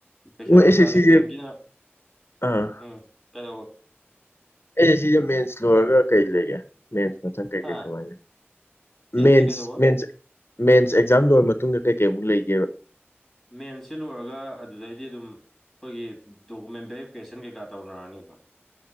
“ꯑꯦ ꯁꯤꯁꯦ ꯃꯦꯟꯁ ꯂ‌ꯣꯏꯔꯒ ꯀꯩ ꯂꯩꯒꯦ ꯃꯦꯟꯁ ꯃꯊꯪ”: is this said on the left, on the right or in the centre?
Left